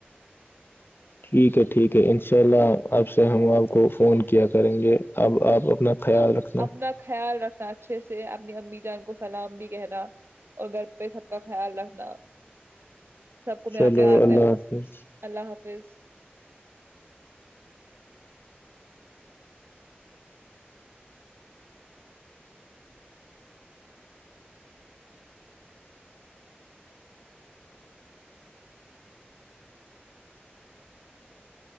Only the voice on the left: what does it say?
ٹھیک ہے ٹھیک ہے ان شاء اللہ اج سے ہم آپ کو فون کیا کریں گے اب آپ اپنا خیال
رکھنا
چلو
اللہ
حافظ